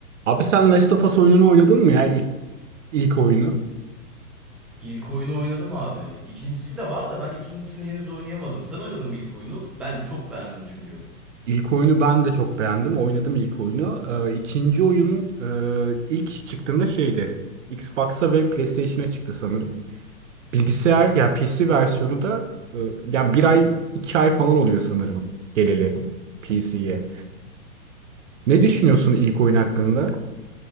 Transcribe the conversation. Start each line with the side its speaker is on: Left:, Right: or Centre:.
Right: Abi sen Last of Us oyununu oynadın mı ya? İlk, ilk oyunu.
Centre: İlk oyunu oynadım abi. İkincisi de var da ben ikincisini henüz oynayamadım. Sen oynadın mı ilk oyunu? Ben çok beğendim çünkü.
Right: İlk oyunu ben de çok beğendim. Oynadım ilk oyunu. Ee, ikinci oyun e, ilk çıktığında şeydi. Xbox'a ve PlayStation'a çıktı sanırım. Bilgisayar ya PC versiyonu da e, ya bir ay iki ay falan oluyor sanırım geleli PC'ye. Ne düşünüyorsun ilk oyun hakkında?